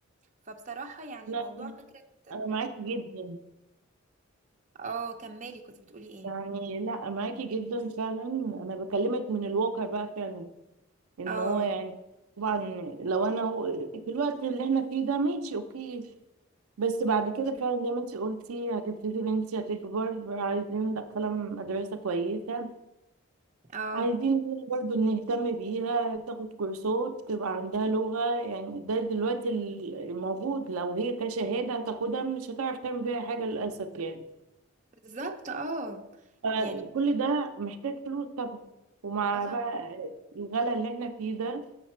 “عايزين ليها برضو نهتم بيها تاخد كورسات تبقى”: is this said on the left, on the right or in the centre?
Right